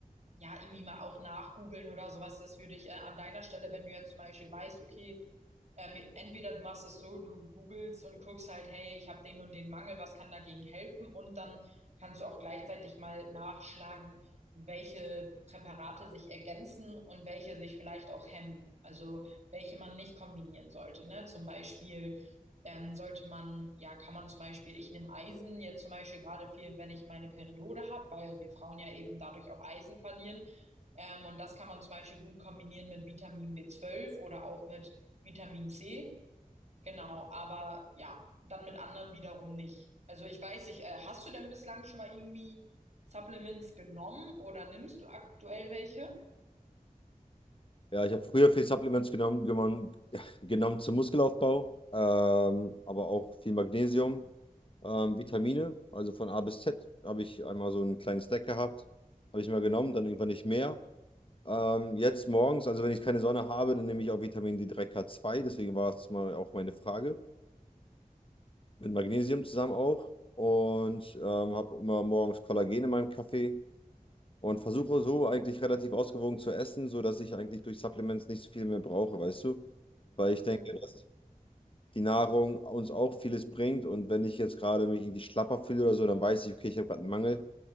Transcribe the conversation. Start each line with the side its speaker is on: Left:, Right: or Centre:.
Right: ja, irgendwie mal auch nachgoogeln oder sowas. Das würde ich äh, an deiner Stelle, wenn du jetzt zum Beispiel weißt, okay, ähm, entweder du machst es so, du googelst und guckst halt, hey, ich habe den und den Mangel, was kann dagegen helfen? Und dann kannst du auch gleichzeitig mal nachschlagen, welche Präparate sich ergänzen und welche sich vielleicht auch hemmen. Also welche man nicht kombinieren sollte, ne? Zum Beispiel ähm, sollte man, ja, kann man zum Beispiel, ich nehme Eisen jetzt zum Beispiel gerade viel, wenn ich meine Periode habe, weil wir Frauen ja eben dadurch auch Eisen verlieren. Ähm, und das kann man zum Beispiel gut kombinieren mit Vitamin b zwölf oder auch mit Vitamin C. Genau, aber ja, dann mit anderen wiederum nicht. Also ich weiß nicht, äh, hast du denn bislang schon mal irgendwie Supplements genommen oder nimmst du aktuell welche?
Left: Ja, ich habe früher viel Supplements genommen, genommen, <laughs> genommen zum Muskelaufbau, ähm, aber auch viel Magnesium, ähm, Vitamine, also von A bis Z habe ich einmal so einen kleinen Stack gehabt, habe ich mal genommen, dann irgendwann nicht mehr. Ähm, jetzt morgens, also wenn ich keine Sonne habe, dann nehme ich auch Vitamin D3K2, deswegen war es mal auch meine Frage, mit Magnesium zusammen auch und ähm, habe immer morgens Kollagen in meinem Kaffee und versuche so eigentlich relativ ausgewogen zu essen, sodass ich eigentlich durch Supplements nicht so viel mehr brauche, weißt du? Weil
Right: Mhm.
Left: ich denke, dass die Nahrung uns auch vieles bringt und wenn ich jetzt gerade mich irgendwie schlapper fühle oder so, dann weiß ich, okay, ich habe gerade einen Mangel.